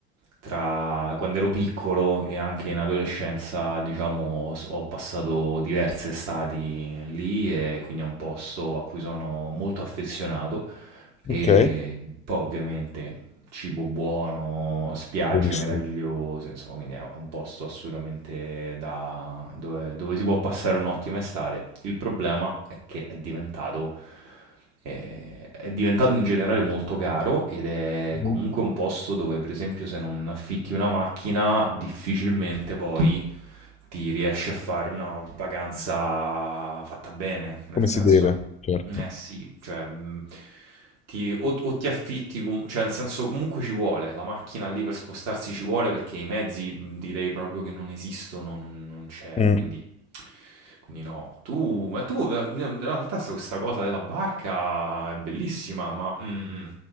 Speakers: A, on the right; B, on the left.
A: tra quando ero piccolo e anche in adolescenza, diciamo, s- ho passato diverse estati lì e quindi è un posto a cui sono molto affezionato. E
B: ok,
A: poi ovviamente cibo buono, spiagge
B: buonissimo.
A: meravigliose, insomma, quindi è un posto assolutamente da dove, dove si può passare un'ottima estate. Il problema è che è diventato, eh, è diventato in generale molto caro ed è comunque
B: Mhm.
A: un posto dove, per esempio, se non affitti una macchina, difficilmente poi ti riesci a fare una vacanza fatta bene, nel
B: Come
A: senso
B: si deve,
A: che...
B: certo.
A: Eh sì, cioè, mh, ti- o, o ti affitti, com- cioè nel senso comunque ci vuole, la macchina lì per spostarsi ci vuole perché i mezzi mh, direi proprio che non esistono, non, non c'è,
B: Mm.
A: quindi, quindi no. Tu, ma tu eh, in realtà se questa cosa della barca è bellissima, ma... mm, mm,